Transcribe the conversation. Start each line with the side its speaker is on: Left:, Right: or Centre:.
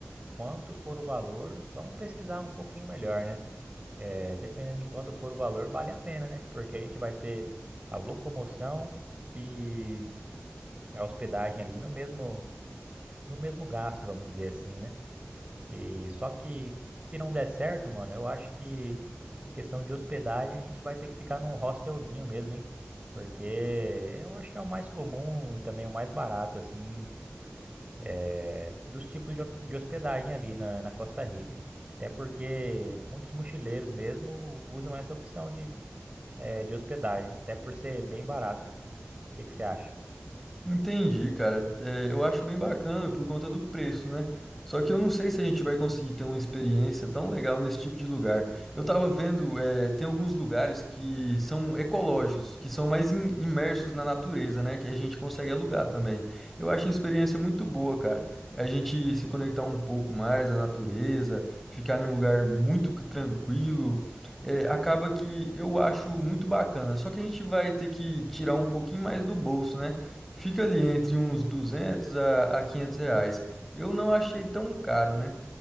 Right: quanto for o valor. Vamos pesquisar um pouquinho melhor, né? É, dependendo de quanto for o valor, vale a pena, né? Porque a gente vai ter a locomoção e a hospedagem ali no mesmo do mesmo gasto, vamos dizer assim, né? E só que se não der certo, mano, eu acho que questão de hospedagem a gente vai ter que ficar num hostelzinho mesmo, hein? Porque eu acho que é o mais comum e também o mais barato, assim, é, dos tipos de, hop- de hospedagem ali na, na Costa Rica. Até porque muitos mochileiros mesmo usam essa opção de, é, de hospedagem, até por ser bem barato. O que que você acha?
Centre: Entendi, cara. É, eu acho bem bacana por conta do preço, né? Só que eu não sei se a gente vai conseguir ter uma experiência tão legal nesse tipo de lugar. Eu tava vendo, é, tem alguns lugares que são ecológicos, que são mais im- imersos na natureza, né? Que a gente consegue alugar também. Eu acho uma experiência muito boa, cara. É A gente se conectar um pouco mais à natureza, ficar em um lugar muito c- tranquilo. É, acaba que eu acho muito bacana. Só que a gente vai ter que tirar um pouquinho mais do bolso, né? Fica ali entre uns 200 a, a 500 reais. Eu não achei tão caro, né?